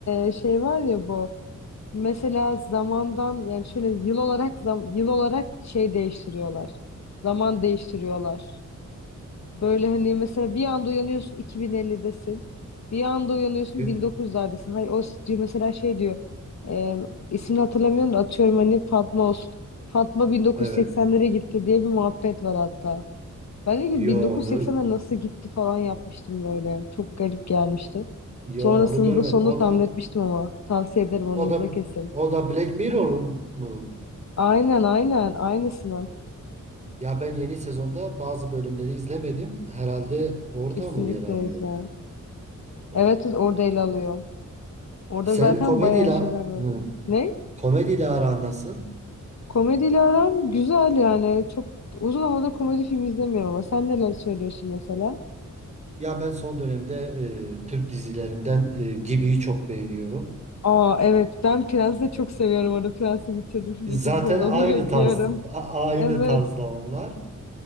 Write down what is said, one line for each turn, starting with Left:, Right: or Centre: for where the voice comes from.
Left: e, şey var ya bu mesela zamandan yani şöyle yıl olarak zam- yıl olarak şey değiştiriyorlar. Zaman değiştiriyorlar. Böyle hani mesela bir anda uyanıyorsun 2050'desin. Bir anda uyanıyorsun
Right: Gö-
Left: 1900'lerdesin. Hayır o s- mesela şey diyor. E, ismini hatırlamıyorum da atıyorum hani Fatma olsun. Fatma 1980'lere
Right: Evet.
Left: gitti diye bir muhabbet var hatta. Ben de ki
Right: Yo
Left: 1980'e
Right: onu
Left: nasıl gitti falan yapmıştım böyle. Çok garip gelmişti.
Right: yo
Left: Sonrasında
Right: onu görmedim.
Left: sonunu
Right: O
Left: tahmin
Right: da
Left: etmiştim ama. Tavsiye ederim onu
Right: o
Left: izle
Right: da
Left: kesin.
Right: o da Black Mirror'un mu?
Left: Aynen aynen aynısını.
Right: Ya ben yeni sezonda bazı bölümleri izlemedim. Herhalde orada
Left: Kesinlikle
Right: mı yer alıyor?
Left: izle.
Right: Evet.
Left: Evet orada ele alıyor. Orada
Right: Senin
Left: zaten
Right: komediyle,
Left: bayağı şeyler var.
Right: hı,
Left: Ne?
Right: komediyle aran nasıl?
Left: Komediyle aram güzel yani. Çok uzun zamandır komedi filmi izlemiyorum ama sen neler söylüyorsun mesela?
Right: Ya ben son dönemde e, Türk dizilerinden e, Gibi'yi çok beğeniyorum.
Left: Aa evet ben Prens'i de çok seviyorum. Orada Prens'i bitirdim. Şimdi
Right: Zaten
Left: ikinci sezonunu
Right: aynı
Left: <laughs> bekliyorum.
Right: tarz, a- aynı
Left: Evet
Right: tarzda onlar.